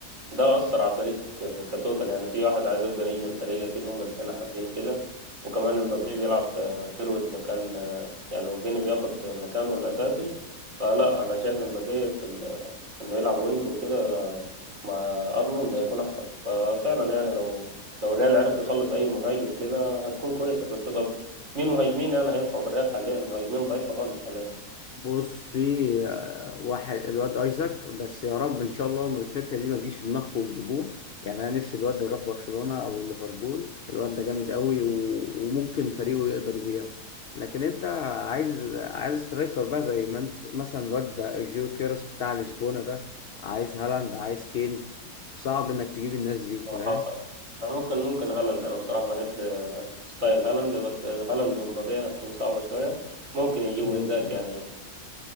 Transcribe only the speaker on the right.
ده أثر على الفريق ك- كتوتال يعني في واحد عايز يبقى نجم الفريق أكيد هما الاتنين حابين كده وكمان امبابي بيلعب في فيرود مكان يعني وفيني بياخد مكانه الأساسي فلا أنا شايف امبابي في ال... إنه يلعب وينج وكده مع أرنولد هيكون أحسن ففعلا يعني لو لو الريال عرف يخلص أي مهاجم كده هتكون كويسة بس طب مين مهاجمين يعني هينفع في الريال حاليا مهاجمين ضعيفة خالص حاليا
آه، حصل أنا ممكن ممكن هالاند أنا بصراحة بحب آه، ستايل هالاند بس آه، هالاند ومبابي هتكون صعبة شوية ممكن يجيبوا
إيزاك يعني